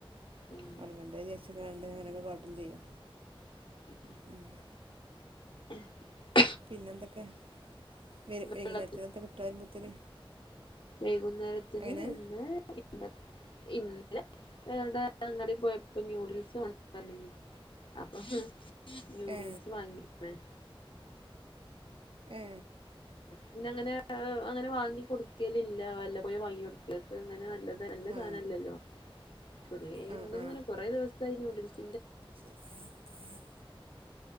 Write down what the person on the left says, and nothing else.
ഉം
<inaudible>
<inaudible>
വെള്ളത്തി
വൈകുന്നേരത്തിന്
ഇന്ന് ഇന്ന് ഇന്നെലെ <unintelligible> അങ്ങാടി പോയപ്പോ ന്യൂഡിൽസ് <unintelligible> പറഞ്ഞിനു അപ്പൊ ന്യൂഡിൽസ്
വാങ്ങിയേക്കണ്.
പിന്നെ അങ്ങനെ അങ്ങനെ വാങ്ങി കൊടുക്കലില്ല വല്ലപോഴുംവാങ്ങി കൊടുക്ക. അങ്ങനാ നല്ലത്. നല്ല
സാധനല്ലല്ലോ കുറേ എന്നും
ഇങ്ങനെ കൊറേ ദിവസത്തായി ന്യൂഡിൽസ്